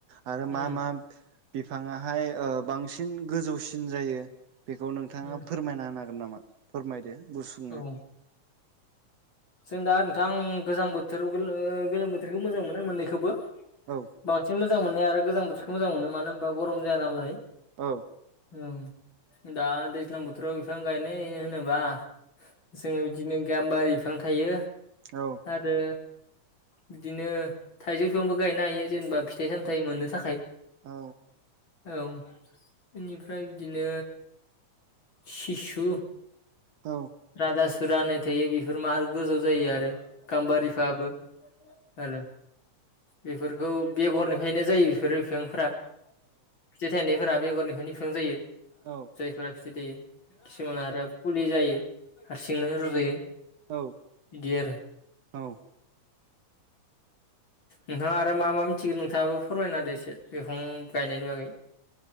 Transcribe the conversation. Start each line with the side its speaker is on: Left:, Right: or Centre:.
Right: आरो
Left: उम
Right: मा मा बिफांआ हाय ओ बांसिन गोजौसिन जायो। बेखौ नोंथाङा
Left: उम
Right: फोरमायना होना गोन नामा फोरमायदो। गुसुंङो
Left: औ जों दा नोंथां गोजां बोथोराव गोलोम बोथोरखौ मोजां मोनो मोन्नैखौबो।
Right: औ
Left: बांसिन मोजां मोननाया आरो गोजां बो बिखौ मोजां मोनो मानो होनबा गरम जाया नालाय।
Right: औ
Left: ओम। दा दैलां बोथोराव बिफां गायनायय होनोबा जोङो बिदिनो गाम्बारि बिफां थायो
Right: औ
Left: आरो बिदिनो थाइजौ फिफांबो गायनो हायो जेनेबा फिथाइ सामथायाइ मोननो थाखाय
Right: औ।
Left: औ इनिफ्राय बिदिनो सिसु
Right: औ
Left: राधा सुरा होननाय थायो बेफोर मार गोजौ जायो आरो। गामबारिफाबो आरो। बेफोरखौ बेगरनिफ्रायनो जायो बेफोर बिफांफोरा। फिथाय थायनायफोरआ बेगरनिफ्रायनो बिफां जायो
Right: औ
Left: जायफोरा फिथाइ थायो। खिसुमान आरो फुलि जायो। हारसिंनो रज'यो
Right: औ
Left: बिदि आरो
Right: औ
Left: नोंथाङा आरो मा मा मिथिगोन नोंथाङाबो फोरमायना होदो एसे बिफां गायनायनि बागै